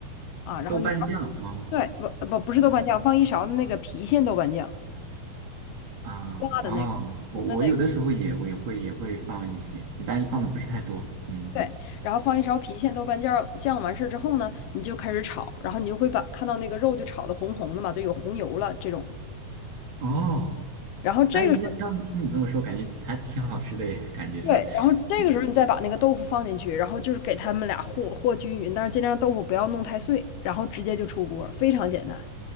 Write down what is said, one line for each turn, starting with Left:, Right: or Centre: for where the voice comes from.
Left: 啊，然后你要
Right: 豆瓣酱哦，
Left: 对不不不是豆瓣酱，
Right: 对
Left: 放一勺的那个郫县豆瓣酱，
Right: 啊，
Left: 辣的那个红的那个，
Right: 哦，我我有的时候也我也会也会放一些，对，但是放的不是太多，嗯，
Left: 对，然后放一勺郫县豆瓣酱酱，完事儿之后呢，你就开始炒，然后你就会把看到那个肉就炒的红红的嘛，就有红油了这种。
Right: 哦，
Left: 然后这个时候，
Right: 哎，那刚听你这么说，感觉还挺好吃的耶，感觉上，
Left: 对，然后这个时候你再把那个豆腐放进去，
Right: 嗯，
Left: 然后就是给他们俩和和均匀，但是尽量豆腐不要弄太碎，然后直接就出锅，非常简单。